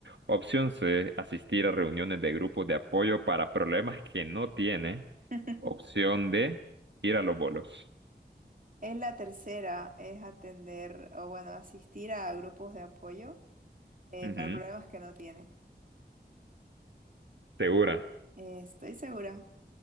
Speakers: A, on the right; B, on the right.
A: Opción C, asistir a reuniones de grupos de apoyo para problemas que no tiene.
B: <laughs>
A: Opción D, ir a los bolos.
B: Es la tercera, es atender o bueno, asistir a grupos de apoyo eh,
A: Ujú.
B: para problemas que no tiene.
A: ¿Segura?
B: Eh, estoy segura.